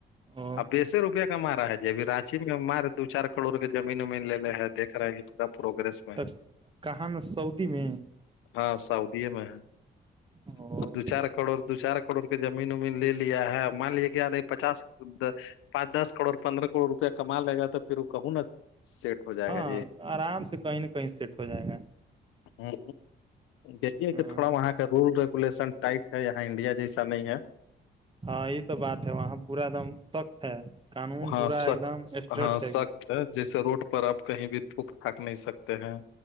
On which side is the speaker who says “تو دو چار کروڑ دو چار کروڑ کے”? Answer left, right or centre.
Left